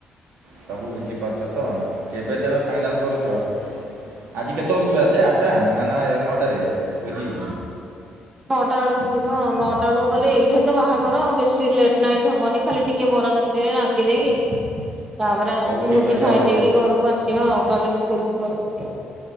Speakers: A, on the right; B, on the right.
A: ସବୁ ବୁଝିପାରୁଛ ତ କେବେ ତେବେ ଫାଇନାଲ୍ କରୁଛ? ଆଜି କେତେବେଳକୁ ଯିବା ଯେ ଆଠଟା ନା ନା ନଅଟାରେ ଭୋଜି?
B: <inaudible> ନଅଟା ବେଳକୁ ଯିବା ଆଉ ନଅଟା ବେଳକୁ ଗଲେ ଏଇଠା ତ ବାହାଘର ଆଉ ବେଶୀ ଲେଟ୍ ନାଇଟ୍ ହବନି। ଖାଲି ଟିକେ ବରଯାତ୍ରୀରେ ନାଚି ଦେଇକି ତାପରେ ଆସିକି
A: ହଉ ଠିକ୍
B: ଭୋଜି
A: ଅଛି
B: ଖାଇ
A: ହଉ
B: ଦେଇକି ଘରକୁ ଆସିବା ଆଉ କାଲି ସ୍କୁଲ ଫୁଲ୍ ଅଛି।